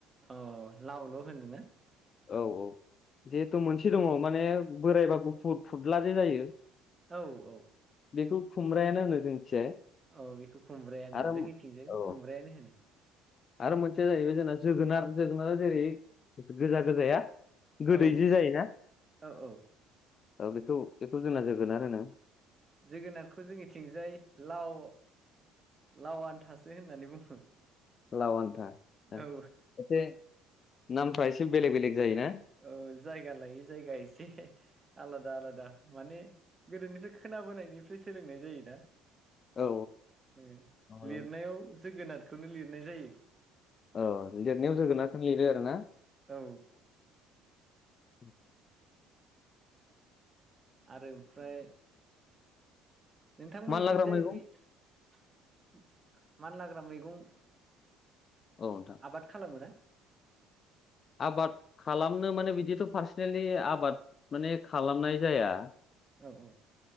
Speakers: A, on the right (about 25°); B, on the left (about 35°).
A: औ लावल' होनो ना?
B: औ औ जिहेथु मोनसे दङ माने बोरायबा गुफुर फुदला जे जायो।
A: औ औ।
B: बेखौ खुमब्रायानो होनो जोंनिथिंजाय।
A: औ बेखौ खुमब्रायानो
B: आरो
A: जोंनिथिंजायखौ
B: औ
A: खुमब्रायानो होनो।
B: आरो मोनसेया जाहैबाय जोंना जोगोनार जोगोनारा जेरै गोजा गोजाया गोदै
A: औ
B: जि जायोना
A: औ
B: <inaudible>
A: औ
B: औ बेखौ बेखौ जोंना जोगोनार होनो।
A: जोगोनारखौ जोंनिथिंजाय लाव लाव आन्थासो होननानै बुङो।
B: लाव आन्था ए,
A: औ
B: एसे नामफ्रा एसे बेलेग बेलेग जायोना
A: औ जायगा लायो जायगा एसे आलादा आलादा माने गोदोनिफ्राय खोनाबोनायनिफ्राय सोलोंनाय जायो ना।
B: औ
A: <inaudible> ए
B: औ
A: लिरनायाव
B: औ
A: जोगोनारखौनो लिरनाय जायो।
B: औ लिरनायाव जोगोनखौनो लिरबाय आरोना।
A: औ
B: उ
A: आरो ओमफ्राय नोंथांमोननिथिंजाय
B: मानलाग्रा मैगं
A: बे <inaudible> मान लाग्रा मैगं
B: औ नोंथां
A: आबाद खालामो ना?
B: आबाद खालामनो माने बिदिथ' पार्सनेलि आबाद माने खालामनाय जाया।
A: औ औ।